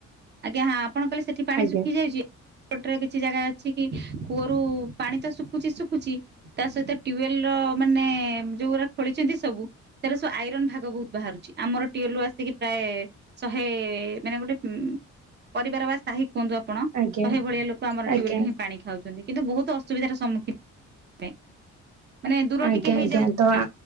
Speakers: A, on the right; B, on the right.
A: ଆଜ୍ଞା ହଁ ଆପଣ କହିଲେ ସେଠି ପାଣି
B: ଆଜ୍ଞା
A: ଶୁଖିଯାଇଛି ଏପଟ୍ରେବି କିଛି ଜାଗା ଅଛି କି କୂଅରୁ ପାଣି ତ ଶୁଖୁଛି ଶୁଖୁଛି ତା ସହିତ ଟିୱେଲ୍ ର ମାନେ ଯୋଉଗୁରା ଖୋଳିଛନ୍ତି ସବୁ ସେଗୁରା ସବୁ ଆଇରନ୍ ଭାଗ ବହୁତ ବାହାରୁଛି ଆମର ଟିୱଲରୁ ପା ତିକି ପ୍ରାୟ ଶହେ ମାନେ ଗୋଟେ ଉଁ ପରିବାର ବା ସାହି କୁହନ୍ତୁ ଆପଣ
B: ଆଜ୍ଞା
A: ଶହେ ଭଳିଆ ଲୋକ ଆମର ଟ୍ୟୁଲରୁ
B: ଆଜ୍ଞା
A: ହିଁ ପାଣି ଖାଉଛନ୍ତି । କିନ୍ତୁ ବହୁତ ଅସୁବିଧାର ସମ୍ମୁଖୀ ପାଇ । ମାନେ ଦୂର
B: ଆଜ୍ଞା
A: ଟିକେ ହେଇଯାଉଚି
B: ଆଜ୍ଞା ତ
A: ନା